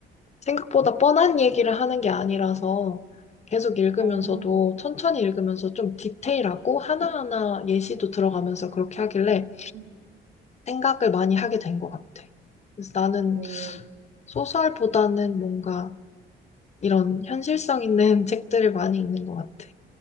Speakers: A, on the left (about 35°); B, on the right (about 80°).
A: 생각보다 뻔한 얘기를 하는 게 아니라서 계속 읽으면서도
B: 어,
A: 천천히 읽으면서 좀 디테일하고 하나하나 예시도 들어가면서 그렇게 하길래
B: 음.
A: 생각을 많이 하게 된 것 같아. 그래서 나는
B: 오,
A: 소설보다는 뭔가 이런 현실성 있는 <laughs> 책들을 많이 읽는 것 같아.